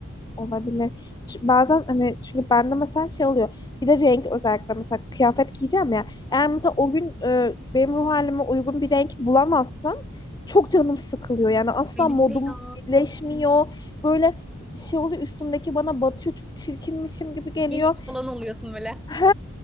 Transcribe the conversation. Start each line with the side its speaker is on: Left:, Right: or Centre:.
Left: Olabilir. Ç- Bazen hani çünkü bende mesela şey oluyor. Bir de renk özellikle mesela kıyafet giyeceğim ya. Eğer mesela o gün e, benim ruh halime uygun bir renk bulamazsam çok canım sıkılıyor. Yani asla
Centre: Benim
Left: modum
Centre: de ya.
Left: birleşmiyor. Böyle şey oluyor üstümdeki bana batıyor. Çok çirkinmişim gibi geliyor.
Centre: İyi falan oluyorsun böyle.
Left: He,